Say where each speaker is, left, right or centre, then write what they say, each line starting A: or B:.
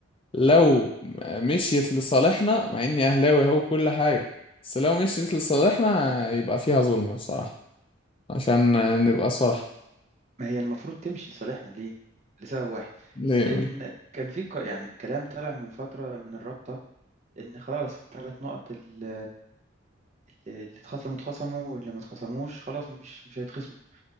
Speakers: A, on the left; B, on the right.
A: لو مشيت لصالحنا مع اني اهلاوي اهو كل حاجة بس لو مشيت لصالحنا يبقى فيها ظلم بصراحة عشان نبقى صراحة
B: هي المفروض تمشي لصالحنا ليه لسبب واحد
A: ليه يقول
B: ان كان في ق- يعني الكلام طلع من فترة من الرابطة ان خلاص الثلاث نقط اللي اللي اتخصموا اتخصموا واللي ما اتخصموش خلاص مش مش هيتخصموا